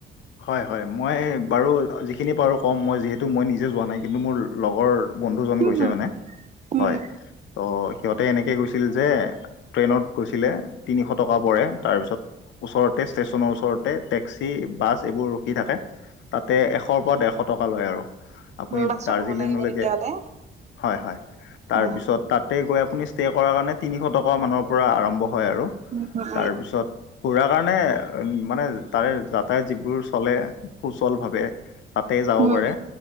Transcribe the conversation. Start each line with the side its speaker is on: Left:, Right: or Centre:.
Left: হয় হয় মই বাৰু যিখিনি পাৰো ক'ম মই যিহেতু মই নিজে যোৱা নাই কিন্তু মোৰ লগৰ বন্ধুজন
Right: উম
Left: গৈছে
Right: হম
Left: মানে
Right: উম
Left: হয়। তো সিহঁতে এনেকৈ গৈছিল যে ট্ৰেইনত গৈছিলে তিনিশ টকা পৰে তাৰপিছত ওচৰতে ষ্টেচনৰ ওচৰতে টেক্সি, বাছ এইবোৰ ৰখি থাকে তাতে এশৰ পৰা ডেৰশ টকা লয় আৰু। আপুনি
Right: বাছত
Left: দাৰ্জিলিঙলৈকে
Right: হ'ব লাগিব তেতিয়াহ'লে
Left: হয় হয় তাৰপিছত,
Right: উম
Left: তাতে গৈ আপুনি ষ্টে' কৰাৰ কাৰণে তিনিশ টকা মানৰ পৰা আৰম্ভ হয় আৰু
Right: উম উম
Left: তাৰপিছত- খুৰা কাৰণে উম মানে তাৰে যাতায়ত- যিবোৰ চলে- সুচল ভাৱে তাতে যাব
Right: উম উম উম
Left: পাৰে